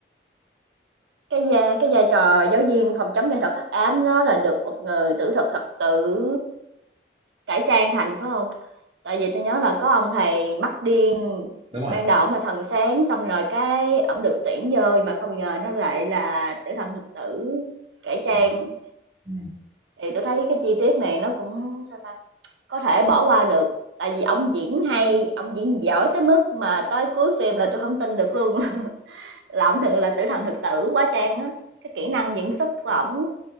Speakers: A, on the right; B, on the right.
A: cái vai cái vai trò giáo viên phòng chống nghệ thuật hắc ám đó là được một người tử thực thật tử cải trang thành, phải không Tại vì tôi nhớ là có ông thầy mắt điên,
B: đúng rồi
A: ban đầu ổng là thần sáng, xong rồi cái ổng được tuyển vô mà không ngờ nó lại là tử thần thực tử cải trang.
B: ừ, ừ,
A: Thì tôi thấy cái chi tiết này nó cũng, sao ta, có thể bỏ qua được, tại vì ổng diễn hay, ổng diễn giỏi tới mức mà tới cuối phim là tôi không tin được luôn <laughs> là ổng thực là tử thần thực tử quá trang á. Cái kỹ năng diễn xuất của ổng